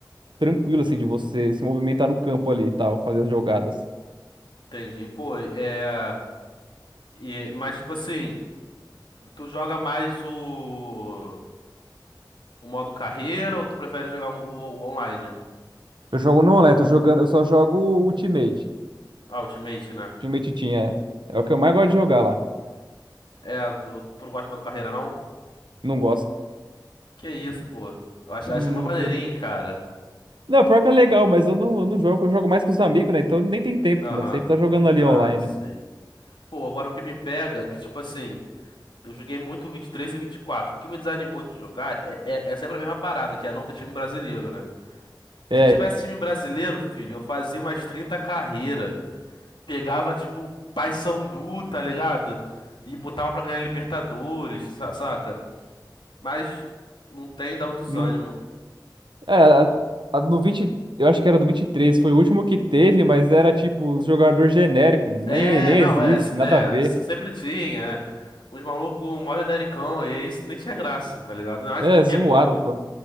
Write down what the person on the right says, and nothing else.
tranquilo, assim, de você se movimentar no campo ali e tal, fazer as jogadas.
Eu jogo no online, tô jogando, eu só jogo Ultimate.
Time Titinha, é. É o que eu mais gosto de jogar lá.
Não gosto.
Não,
não
jogo.
Não, pior que é legal, mas eu não, não jogo, eu jogo mais com os amigos, né? Então nem tem tempo,
nós sempre tá jogando ali
online.
É,
não. É, a, a no 20. eu acho que era no vinte e três. foi o último que teve, mas era tipo jogador genérico, nem,
nem
existe,
nada a ver.
É,
zoado,
pô.